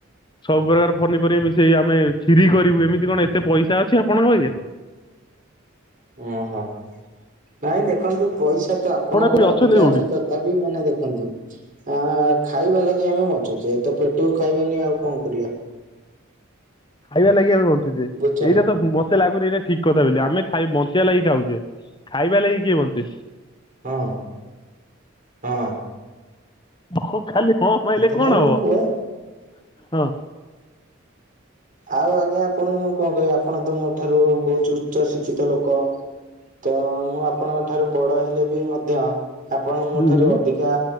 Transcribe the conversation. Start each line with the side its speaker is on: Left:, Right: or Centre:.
Left: ସବୁ ପ୍ରକାର ପନିପରିବା ମିଶେଇ ଆମେ କ୍ଷୀରି କରିବୁ। ଏମିତି କଣ ଏତେ ପଇସା ଅଛି ଆପଣଙ୍କ ବାଗିଆ?
Right: ଓହୋ ନାଇଁ ଦେଖନ୍ତୁ ପଇସା ତ ଆପଣଙ୍କର
Left: ଆପଣ କୋଉଠି ଅଛନ୍ତି
Right: ଅଧିକା
Left: କୋଉଠି
Right: ଅଛି ତଥାପି ମାନେ ଦେଖନ୍ତୁ ଆ ଆ ଖାଇବା ଲାଗି ଆମେ ବନ୍ ଞ୍ଚୁଚେ ତ ପେଟକୁ ଖାଇବାନି ଆଉ କଣ କରିବା?
Left: ଖାଇବା ଲାଗି ଆମେ ବଞ୍ଚୁଚେ।
Right: ବୁଝୁଛ
Left: ଏଇଟା
Right: ନା।
Left: ତ ମ ମତେ ଲାଗୁନି ଏଇଟା ଠିକ କଥା ବେଲି ଆମେ ଖାଇ ବଞ୍ଚିବା ଲାଗି ଖାଉଚେ। ଖାଇବା ଲାଗି କିଏ ବଞ୍ଚେ?
Right: ହଁ ହଁ।
Left: ହଁ ଖାଲି ହଁ ମାଇଲେ
Right: ଏତେ
Left: କଣ
Right: ନାଇଁ ମୁଁ
Left: ହବ?
Right: କୁହେ ଆଉ ଆଜ୍ଞା ଆପଣଙ୍କୁ ମୁଁ କଣ କହିବି ଆପଣ ତ ମୋ ଠାରୁ ବହୁତ ଉଚ୍ଚ ଶିକ୍ଷିତ ଲୋକ। ତ ମୁଁ ଆପଣଙ୍କ ଠାରୁ ବଡ ହେଲେ ବି ମଧ୍ୟ ଆପଣ ମୋ
Left: ହୁଁ
Right: ଠାରୁ
Left: ହୁଁ।
Right: ଅଧିକା